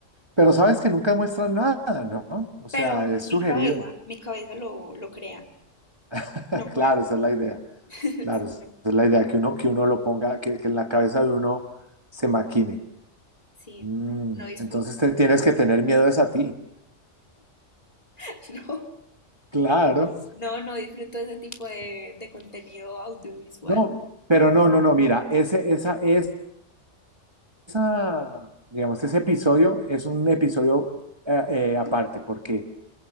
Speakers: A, on the right (about 20°); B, on the left (about 30°).
A: Pero sabes que nunca muestran nada, ¿no? O sea,
B: Pero
A: es
B: mi
A: sugerido.
B: cabeza, mi cabeza lo, lo crea,
A: <laughs>
B: no puedo.
A: Claro, esa es la idea.
B: <laughs>
A: Claro, esa
B: No,
A: es la idea, que uno, que uno lo ponga, que, que en la cabeza de uno se maquine.
B: sí,
A: Mm,
B: no, no disfruto.
A: entonces te tienes que tener miedo es a ti.
B: <laughs> No,
A: Claro.
B: no, no disfruto ese tipo de, de contenido audiovisual.
A: No, pero no, no, no, mira, ese, esa, es- esa, digamos, ese episodio es un episodio eh, eh, aparte, porque